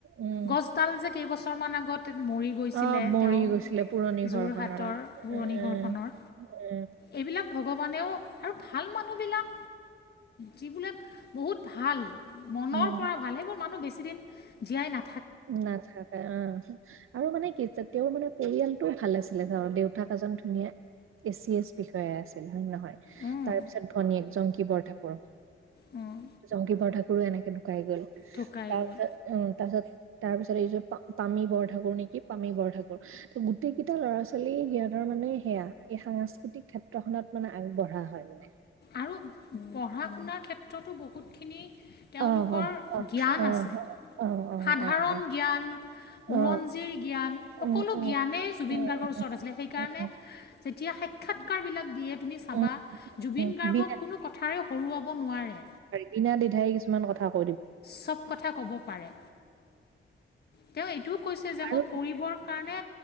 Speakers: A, on the right; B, on the left.
A: উম
B: গছডাল যে কেইবছৰমান আগত মৰি গৈছিলে
A: অ', মৰি
B: তেওঁ
A: গৈছিলে পুৰণি
B: যোৰহাটৰ
A: ঘৰখনৰ
B: পুৰণি
A: এ
B: ঘৰখনৰ
A: উম
B: এইবিলাক ভগৱানেও আৰু ভাল মানুহবিলাক যিবিলাক বহুত ভাল মনৰ
A: উম
B: পৰা ভালেবোৰ মানুহ বেছি দিন জীয়াই না
A: নাথাকে অ'। আৰু মানে কি তেওঁৰ মানে পৰিয়ালটো ভাল আছিলে। ধৰ দেউতাক এজন ধুনীয়া এ চি এছ বিষয়া আছিল হয় নে নহয়?
B: উম,
A: তাৰপিছত ভনীয়েক জংকী বৰঠাকুৰ।
B: উম,
A: জংকী বৰঠাকুৰো এনেকে ঢুকাই গ'ল। তাৰ
B: ঢুকাই গ'ল
A: পিছত উম, তাৰ পিছত তাৰ পিছত এইযোৰ পা পামী বৰঠাকুৰ নেকি পামী বৰঠাকুৰ। তো গোটেই কেইটা ল'ৰা-ছোৱালী সিহঁতৰ মানে সেয়া এই সাংস্কৃতিক ক্ষেত্ৰখনত মানে আগবঢ়া হয়। মানে।
B: আৰু পঢ়া-শুনাৰ ক্ষেত্ৰতো বহু বহুতখিনি তেওঁলোকৰ
A: অ' অ' অ'
B: জ্ঞান
A: অ'
B: আছে।
A: অ' অ'
B: সাধাৰণ
A: অ' অ
B: জ্ঞান বুৰঞ্জীৰ
A: অ
B: জ্ঞান সকলো
A: উম উম
B: জ্ঞানেই জুবিন
A: উম
B: গাৰ্গৰ ওচৰত আছিলে। সেইকাৰণে
A: উম
B: যেতিয়া সা সাক্ষাৎকাৰবিলাক দিয়ে তুমি চাবা।
A: উম
B: জুবিন
A: উম,
B: গাৰ্গক
A: বিনা
B: কোনো কথাৰে হৰুৱাব নোৱাৰে
A: বিনাদিধাই কিছুমান কথা ক
B: চব কথা ক'ব পাৰে। তেওঁ এইটোও কৈছে যে
A: আৰু
B: মই কৰিবৰ কাৰণে